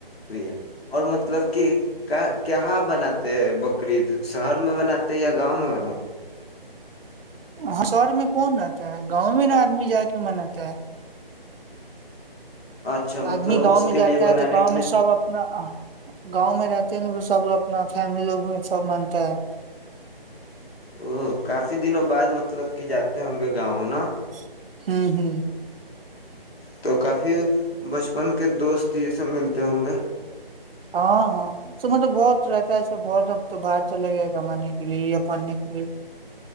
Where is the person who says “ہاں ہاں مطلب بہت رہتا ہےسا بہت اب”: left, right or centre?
Right